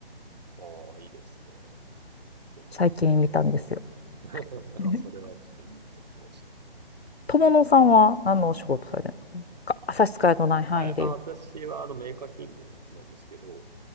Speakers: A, on the right; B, on the left.
A: あ、ああ、いいですね。ちょっとなんか探してみよう。
B: 最近見たんですよ。
A: <laughs>
B: <laughs>
A: あ、それはちょっといいこと聞きました。
B: 友野さんは何のお仕事されるのか、
A: うーん。
B: 差し支えのない範囲で言う。
A: はい。あ、私はあのメーカー勤務なんですけど、